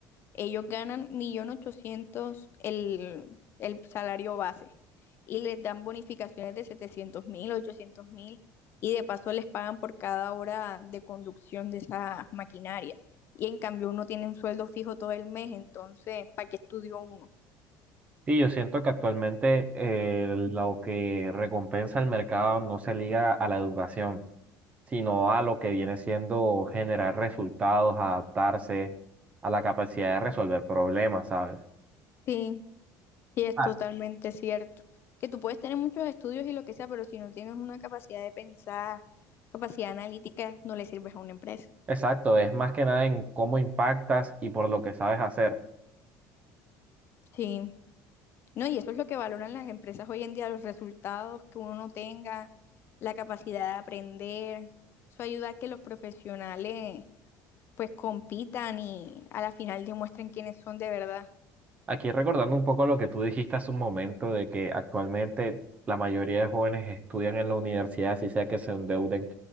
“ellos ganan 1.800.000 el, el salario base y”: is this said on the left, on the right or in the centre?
Left